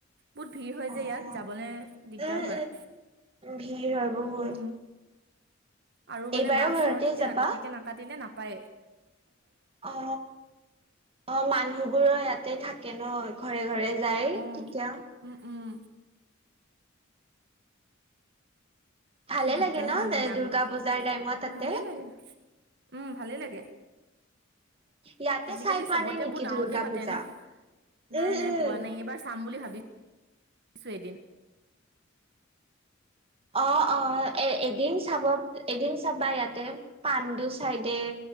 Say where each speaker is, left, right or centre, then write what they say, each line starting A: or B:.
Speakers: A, on the right; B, on the right.
A: বহুত ভিৰ হয়
B: অ',
A: যে ইয়াত যাবলৈ দিগদাৰ
B: উম,
A: হয়
B: ভিৰ হয় বহুত
A: উম আৰু মানে
B: এইবাৰো
A: বাছৰ
B: ঘৰতে
A: টিকেট
B: যাবা?
A: আগতীয়াকে নাকাটিলে নাপায়
B: অ অ মানুহবোৰ ইয়াতে থাকে ন ঘৰে ঘৰে যায়
A: অ
B: তেতিয়া।
A: উম উম
B: ভালে
A: দিগদাৰ
B: লাগে ন
A: হয় মানে আগতিাকে
B: দুৰ্গা পূজাৰ টাইমত তাতে?
A: ভালেই লাগে উম ভালে লাগে
B: ইয়াতে
A: আজিকালি
B: চাই পোৱা
A: চবতে
B: নাই নেকি
A: বহু ডাঙৰকে
B: দুৰ্গা
A: পাতে
B: পূজা?
A: ন নাই
B: উম
A: নাই
B: উম।
A: পোৱা নাই এইবাৰ চাম বুলি ভাবিছো এদিন
B: অ অ এ এদিন চাব এদিন চাবা ইয়াতে পাণ্ডু চাইডে